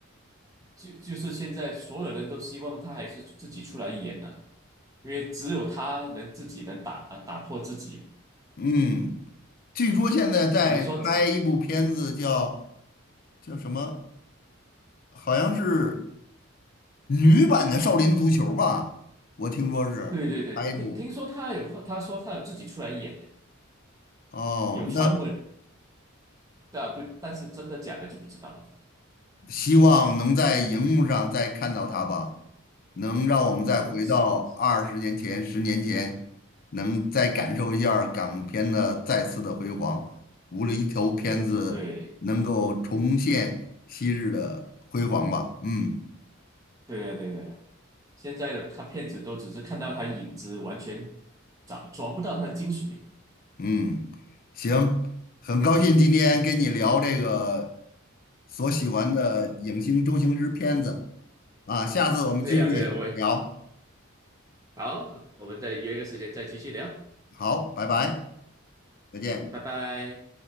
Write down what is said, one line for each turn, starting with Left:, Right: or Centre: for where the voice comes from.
Right: 就就是现在所有人都希望他还是自己出来演啊，因为只有他能自己能打啊打破自己嘛。
Left: 嗯，据说现在在拍一部片子叫
Right: 你说，
Left: 叫什么？好像是女版的《少林足球》吧？我听说是拍一部。
Right: 对对对，听听说他有他说他有自己出来演，
Left: 哦，
Right: 有传闻，
Left: 那
Right: 但不但是真的假的就不知道了。
Left: 希望能在荧幕上再看到他吧，能让我们再回到二十年前、
Right: 呃，是我
Left: 十年前，能再感受一下儿港片的再次的辉煌。无论一条片子能够重现昔日的辉煌吧。
Right: 对
Left: 嗯
Right: 对呀对呀对呀，现在的他骗子都只是看到他影子，完全找抓不到他的精髓。
Left: 嗯，行，很高兴今天跟你聊这个
Right: 嗯，
Left: 所喜欢的影星周星驰片子啊，下次我们继续聊。
Right: 对呀，对呀，我也好，我们再约个时间再继续聊。
Left: 好，拜拜，再见。
Right: 嗯，拜拜。